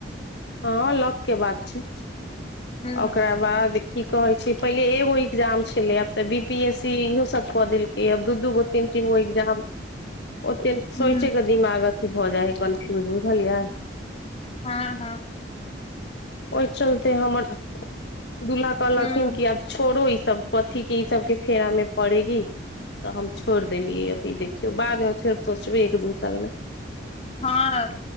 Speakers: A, on the left; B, on the left.
A: हँ लक के बात छै
B: हूँ
A: ओकरा बाद की कहै छी पहिले एगो एग्जाम छलै आब तऽ बी पी एस सी इहो सब कऽ देलकै आब दू दूगो तीन तीनगो एक्जाम
B: <inaudible>
A: ओते
B: हूँ
A: सोचै क दिमाग अथी भऽ जाइ है कन्फ्यूज बुझलियै
B: हँ हँ
A: ओहि चलते हमर दुल्हा कहलखिन
B: हूँ
A: कि आब छोड़ो ई सब कथी के ई सबके फेरा मे पड़ेगी तऽ हम छोड़ देलियै अभी देखियौ बादमे फेर सोचबै एक दू साल मे
B: हँ